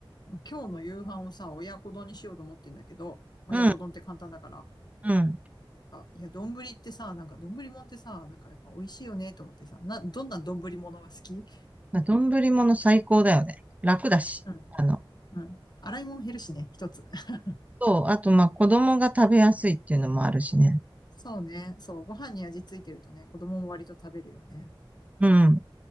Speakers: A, on the left; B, on the right.
A: 今日の夕飯をさ、親子丼にしようと思ってんだけど、親子丼って簡単だから。
B: うん、うん。
A: あいや、丼ってさ、なんか丼もんってさ、なんかやっぱ美味しいよねと思ってさ、な、どんな丼ものが好き
B: まあ、丼物最高だよね。楽だし。
A: うん、
B: あの、
A: うん。洗い物減るしね、一つ。<laughs>
B: そう。あと、まあ、子供が食べやすいっていうのもあるしね。
A: そうね、そう、ご飯に味ついてるとね、子供も割と食べるよね。
B: うん。